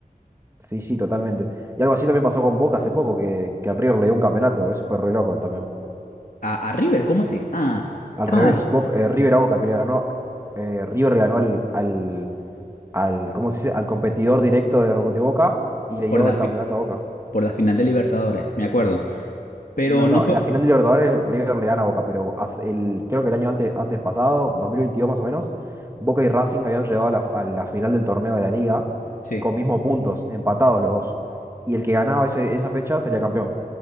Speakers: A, on the right; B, on the left.
A: Sí, sí, totalmente. Y algo así también pasó con Boca hace poco, que, que River le dio un campeonato. Eso fue re loco también.
B: A, a River, ¿cómo así? Ah,
A: Al
B: ah,
A: revés,
B: s-
A: Boca- eh, River a Boca, que le ganó, eh, River le ganó al, al al, ¿cómo se dice? al competidor directo de, Ro- de Boca y le
B: por
A: llevó
B: la,
A: el campeonato
B: fi-
A: a Boca.
B: por la final de Libertadores, me acuerdo. Pero
A: No,
B: no
A: no,
B: fue.
A: la final de Libertadores River le gana a Boca, pero as- el, creo que el año antes, antes pasado, 2022 más o menos, Boca y Racing habían llegado a la, a la final del torneo de la Liga
B: Sí,
A: con mismos puntos, empatados los dos. Y el que ganaba ese- esa fecha sería campeón.